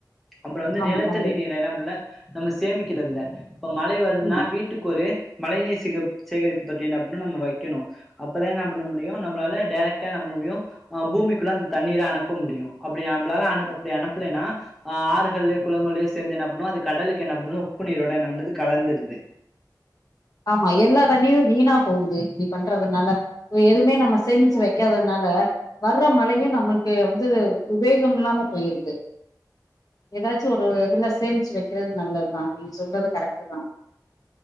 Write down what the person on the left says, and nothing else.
ஆமா
கண்டிப்பா
ம்
ஆமா எல்லா தண்ணியு வீணா போகுது இப்டி பண்றதுனால இப்போ எதுமே நம்ம சேமிச்சு வெக்காதனால வர்ற மழய நம்முள்க்கு வந்து உபேகம் இல்லாம போயிருது ஏதாச்சு ஒரு இதுல சேமிச்சு வெக்கறது நல்லத்தா நீங்க சொல்றது கரெக்ட்டுதா